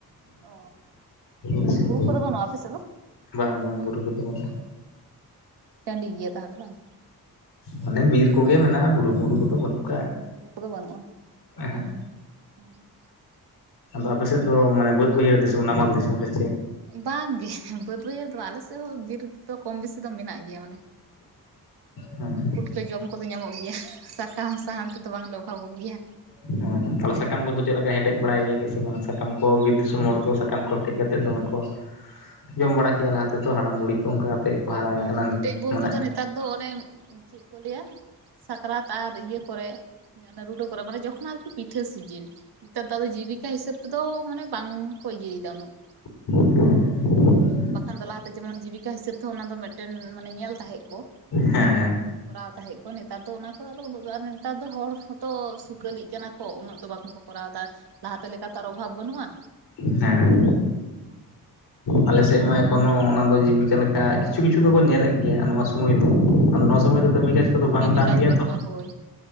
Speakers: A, on the right; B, on the left.
A: ᱚ ᱢᱟᱱᱮ
B: ᱫᱤᱥᱚᱢ
A: ᱵᱩᱨᱩ
B: ᱫᱚ
A: ᱠᱚᱫᱚ
B: ᱵᱟᱝ
A: ᱵᱟᱹᱱᱩᱜᱼᱟ ᱟᱯᱮ ᱥᱮᱫ ᱫᱚ,
B: ᱵᱟᱝ ᱵᱟᱝ ᱵᱩᱨᱩ ᱠᱚᱫᱚ ᱵᱟᱹᱱᱩᱜᱼᱟ,
A: ᱴᱟᱺᱰᱤ ᱜᱮᱭᱟ ᱛᱟᱦᱚᱞᱮ ᱵᱟᱝ,
B: ᱢᱟᱱᱮ ᱵᱤᱨ ᱠᱚᱜᱮ ᱢᱮᱱᱟᱜᱼᱟ ᱵᱩᱨᱩ ᱢᱩᱨᱩ ᱠᱚᱫᱚ ᱵᱟᱹᱱᱩᱜ
A: ᱵᱩᱨᱩ ᱠᱚᱫᱚ ᱵᱟᱹᱱᱩᱜᱼᱟ,
B: ᱮ-ᱦᱮᱸᱜ,
A: <inaudible>
B: ᱟᱫᱚ ᱟᱯᱮ ᱥᱮᱫ ᱫᱚ ᱢᱟᱱᱮ ᱵᱟᱹᱫ ᱵᱟᱹᱭᱦᱟᱹᱲ ᱫᱤᱥᱚᱢ ᱱᱟᱢᱟᱞ ᱫᱤᱥᱚᱢ ᱥᱮᱪᱮᱫ?
A: ᱵᱟᱝᱜᱮ ᱵᱟᱹᱫᱽ ᱵᱟᱹᱭᱦᱟᱹᱲ ᱫᱚ ᱵᱟᱝ ᱟᱞᱮ ᱥᱮᱫ ᱦᱚᱸ ᱵᱤᱨ ᱫᱚ ᱠᱚᱢ ᱵᱮᱥᱤ ᱫᱚ ᱢᱮᱱᱟᱜ ᱜᱮᱭᱟ ᱢᱟᱱᱮ,
B: ᱦᱮᱸ
A: ᱛᱚ ᱡᱚᱢ ᱠᱚᱫᱚ ᱧᱟᱢᱚᱜ ᱜᱮᱭᱟ ᱥᱟᱠᱟᱢ ᱥᱟᱦᱟᱱ ᱛᱮᱫᱚ ᱵᱟᱝᱞᱮ ᱚᱵᱷᱟᱵᱚᱜ ᱜᱮᱭᱟ,
B: ᱦᱮᱸ ᱛᱟᱦᱚᱞᱮ ᱥᱟᱠᱟᱢ ᱠᱚ ᱫᱚ ᱪᱮᱫ ᱞᱮᱠᱟ ᱦᱮᱴᱮᱡ ᱵᱟᱲᱟᱭ ᱜᱮᱭᱟᱯᱮ ᱥᱮ ᱵᱟᱝ ᱥᱟᱠᱟᱢ ᱠᱚ ᱵᱤᱨ ᱫᱤᱥᱚᱢ ᱦᱚᱲ ᱫᱚ ᱥᱟᱠᱟᱢ ᱠᱚ ᱦᱮᱴᱮᱡ ᱠᱟᱛᱮ ᱛᱮᱫ ᱫᱚᱢᱮ ᱠᱚ ᱡᱚᱢ ᱵᱟᱲᱟ ᱠᱮᱫ-ᱟ ᱞᱟᱦᱟ ᱛᱮᱫᱚ ᱦᱟᱲᱟᱢ ᱵᱩᱲᱦᱤ ᱠᱚ ᱚᱱᱠᱟ ᱠᱟᱛᱮᱫ, ᱠᱚ ᱦᱟᱨᱟ
A: ᱦᱮᱸ
B: ᱟᱠᱟᱱᱟ
A: ᱦᱮᱴᱮᱡ
B: ᱱᱤᱛᱚᱜ
A: ᱵᱚᱞᱛᱮ
B: ᱢᱟᱱᱮ
A: ᱫᱚ ᱱᱮᱛᱟᱨ ᱫᱚ ᱚᱱᱮ ᱪᱮᱫ ᱠᱚ ᱞᱮᱭᱟ, ᱥᱟᱠᱨᱟᱛ ᱟᱨ ᱤᱭᱟᱹ ᱠᱚᱨᱮ ᱨᱩᱰᱟᱹ ᱠᱚᱨᱮ ᱢᱟᱱᱮ ᱡᱚᱠᱷᱚᱱ ᱟᱨᱠᱤ ᱯᱤᱴᱷᱟᱹ ᱥᱤᱡᱤᱱ, ᱱᱮᱛᱟᱨ ᱫᱚ ᱟᱫᱚ ᱡᱤᱵᱤᱠᱟ ᱦᱤᱥᱟᱹᱵᱽ ᱛᱮᱫᱚ ᱢᱟᱱᱮ ᱵᱟᱝᱠᱚ ᱤᱭᱟᱹᱭᱮᱫᱟ ᱩᱱᱟᱹᱜ,
B: <inaudible>
A: ᱵᱟᱠᱷᱟᱱ ᱫᱚ ᱞᱟᱦᱟᱛᱮ ᱡᱮᱢᱚᱱ ᱡᱤᱵᱤᱠᱟ ᱦᱤᱥᱟᱹᱵ ᱛᱮ ᱦᱚᱸ ᱚᱱᱟ ᱫᱚ ᱢᱤᱫᱴᱮᱱ ᱢᱟᱱᱮ ᱧᱮᱞ ᱛᱟᱦᱮᱸᱜ ᱠᱚ,
B: ᱦᱮᱸ ᱦᱮᱸ ᱦᱮᱸ
A: ᱠᱚᱨᱟᱣ ᱛᱟᱦᱮᱸᱫ ᱠᱚ ᱱᱮᱛᱟᱨ ᱫᱚ ᱚᱱᱟ ᱠᱚᱫᱚ ᱟᱫᱚ ᱩᱱᱟᱹᱜ ᱫᱚᱟᱨ ᱱᱮᱛᱟᱨ ᱫᱚ ᱦᱚᱲ ᱦᱚᱸᱛᱚ ᱥᱩᱠᱟᱹᱞᱤᱜ ᱠᱟᱱᱟ ᱠᱚ, ᱠᱚ ᱩᱱᱟᱹᱜ ᱫᱚ ᱵᱟᱝ ᱠᱚ ᱠᱚᱨᱟᱣ ᱮᱫᱟ ᱞᱟᱦᱟᱛᱮ ᱞᱮᱠᱟ ᱞᱮᱠᱟᱛᱮ ᱟᱨ ᱚᱵᱷᱟᱵᱽ ᱵᱟᱹᱱᱩᱜᱼᱟ,
B: ᱦᱮᱸ ᱟᱞᱮ ᱥᱮᱫ ᱢᱟ ᱮᱠᱷᱚᱱᱳ ᱚᱱᱟ ᱫᱚ ᱡᱤᱵᱤᱠᱟ ᱞᱮᱠᱟ ᱠᱤᱪᱷᱩ ᱠᱤᱪᱷᱩ ᱫᱚᱠᱚ ᱧᱮᱞᱮᱫ ᱜᱮᱭᱟ ᱱᱚᱣᱟ, ᱥᱚᱢᱚᱭ ᱫᱚ ᱟᱫᱚ ᱱᱚᱣᱟ ᱥᱚᱢᱚᱭ ᱫᱚ ᱠᱟᱹᱢᱤ ᱠᱟᱡᱽ ᱠᱚᱫᱚ ᱵᱟᱝ
A: ᱠᱟᱹᱢᱤ
B: ᱛᱟᱦᱮᱱ
A: ᱠᱟᱡᱽ
B: ᱜᱮᱭᱟ
A: ᱵᱟᱹᱱᱩᱜᱼᱟ
B: ᱛᱚ,
A: ᱦᱳᱭ,